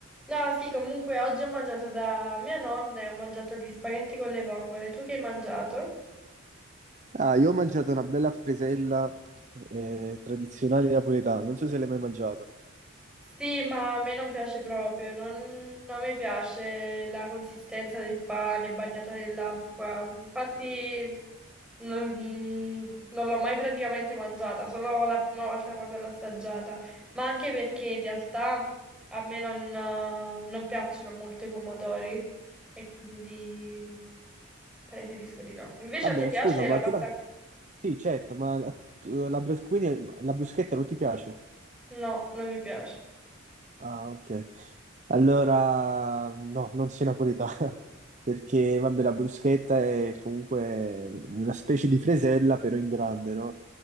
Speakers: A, in the centre; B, on the right.
A: No, sì, comunque oggi ho mangiato da mia nonna e ho mangiato gli spaghetti con le vongole. Tu che hai mangiato?
B: Ah, io ho mangiato una bella fresella eh, tradizionale napoletana, non so se l'hai mai mangiata.
A: Sì, ma a me non piace proprio, non, non mi piace la consistenza del pane bagnato nell'acqua. Infatti non, non l'ho mai praticamente mangiata, solo la prima volta quando l'ho assaggiata. Ma anche perché in realtà a me non, eh, non piacciono molto i pomodori e quindi preferisco di no. Invece
B: Vabbè,
A: a te piace
B: scusa, ma
A: la pasta
B: tu la... Sì, certo, ma la, tu- la brus- quindi la bruschetta non ti piace?
A: No, non mi piace.
B: Ah, ok. Allora, no, non sei napoletana, <laughs> perché, vabbè, la bruschetta è comunque una specie di fresella, però in grande, no?